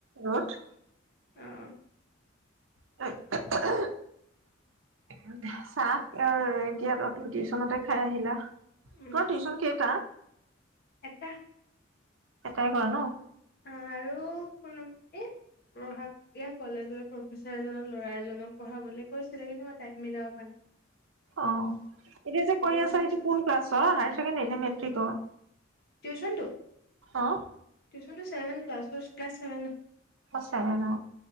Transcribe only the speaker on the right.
ৰ'দ
<unintelligible> চাহ অ এতিয়া টো টিউচনতে খাই আহিলা।
কৰা টিউচন কেইটাা <unintelligible>
এটাই কৰা ন,
অ, এতিয়া যে কৰি
আছা সেইটো কোন ক্লাছৰ হায়াৰ ছেকেণ্ডৰী নে মেট্ৰিকৰ
অ
চেভেণ্ট,